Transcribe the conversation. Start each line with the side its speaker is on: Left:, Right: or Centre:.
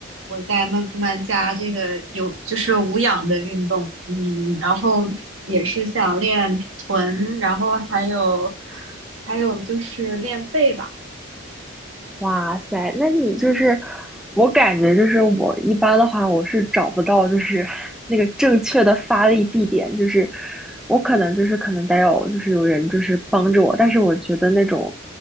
Right: 我再慢慢加这个有就是无氧的运动，嗯，然后也是想练臀，然后还有还有就是练背吧。
Centre: 哇塞，那你就是，我感觉就是我一般的话，我是找不到就是那个正确的发力地点，就是我可能就是可能得有就是有人就是帮着我，但是我觉得那种，